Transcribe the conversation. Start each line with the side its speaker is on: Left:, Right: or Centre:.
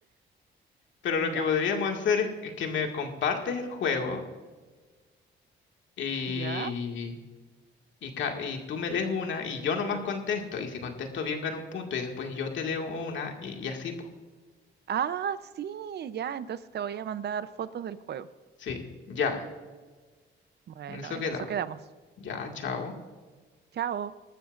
Left: Pero lo
Right: Ya.
Left: que podríamos hacer es, es que me compartes el juego y,
Right: ¿Ya?
Left: y, ca- y tú me lees una y yo nomás contesto. Y si contesto bien gano un punto y después yo te leo una y, y así, pues.
Right: Ah, sí, ya. Entonces te voy a mandar fotos del juego.
Left: Sí, ya,
Right: Bueno,
Left: en eso
Right: en
Left: quedamos.
Right: eso quedamos.
Left: Ya, chao.
Right: Chao.